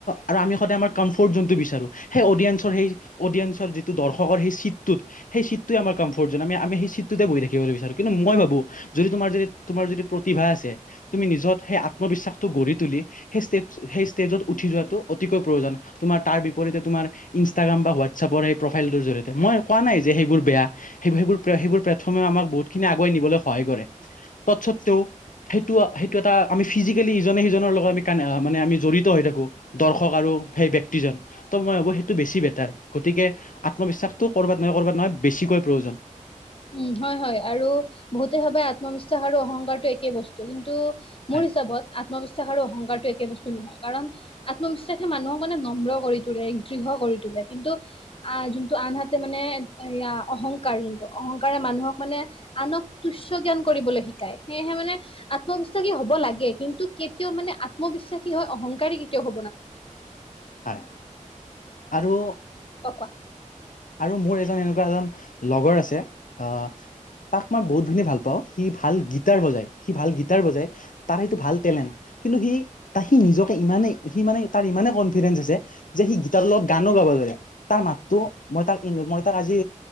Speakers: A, on the left; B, on the left.
A: আৰু আমি সদায় আমাৰ কম্ফৰ্ট জোনটো বিচাৰোঁ সেই অডিয়েঞ্চৰ সেই অডিয়েঞ্চ যিটো দৰ্শকৰ সেই চিটটোত সেই চিটোৱ আমাৰ কমফৰ্ট জ আমি আমি সেই চিটটোতে বহি থাকিবলৈ বিচাৰো। কিন্তু মই ভাবো যদি তোমাৰ যদি তোমাৰ যদি প্ৰতিভা আছে, তুমি নিজত সেই আত্মবিশ্বাসটো গঢ়ি সেই স্টেজ সেই ষ্টেজত উঠি যোৱাতো অতিকৈ প্ৰয়োজন তোমাৰ তাৰ বিপৰীতে তোমাৰ ইনস্টাগ্ৰ্যাম বা শাতএপছৰ প্ৰফাইল টো জৰিয়তে মই কোৱা নাই যে সেইবোৰ বেয়া সেই সেই বোৰ প্ৰথমে আমাৰ বহুত আগুৱাই নিবলৈ সহায় কৰে তত সত্ত্বেও সেইটো সেইটো এটা আমি ফিজিকেলি ইজনে সিজনক লগত আম মানে আমি জড়িত হৈ থাকো। দৰ্শক আৰু সেই ব্যক্তিজন ত' মই ভাবো সেইটো বেছি বে গতিকে আত্মবিবাসটো কৰবাত নহয় কৰ'বাত নহয় বেছিকৈ প্ৰয়োজন
B: উম হয়-হয় আৰু বহুতে সবাই আত্মবিবাস আৰু অহংকাৰটো একেই বস্তু কিন্তু মোৰ
A: হয়
B: হিচাপত আত্মবিশ্বাস আৰু অহংকাৰটো একে বস্তু নহয় কাৰণ আত্মবিশ্বাসে মানুহক মানে নম্ৰ কৰি তোলে দৃঢ় কৰি তোলে কিন্তু আহ যোনটো আনহাতে মানে এয়া অহংকাৰ যোনটো অহংকাৰ মানুহক মানে আনক তুষ্য় জ্ঞান কৰিবলৈ শিকায় সেয়েহে মানে আত্মবিশ্বাসী হব লাগে। কিন্তু কেতিয়াও মানে আত্মবিশ্বাসী হয় অহংকাৰে কেতিয়াও হ
A: হয় আৰু
B: ক কোৱা
A: আৰু মোৰ এজন এনেকুৱা এজন লগৰ আছে আহ তাক মই বহুতখিনি ভাল পাওঁ। সি ভাল গীটাৰ বজায় সি ভাল গীটাৰ বজাই তাৰ সেইটো ভাল টেলেণ্ট কিন্তু সি ত সি নিজকে ইমানেই সি মানে তাৰ ইমানেই কনফিডেন্ঞ্চ আছে, যে সি গিটাৰৰ লগত গানো গাব তাৰ মাতটো মই তাক মই তাক আজি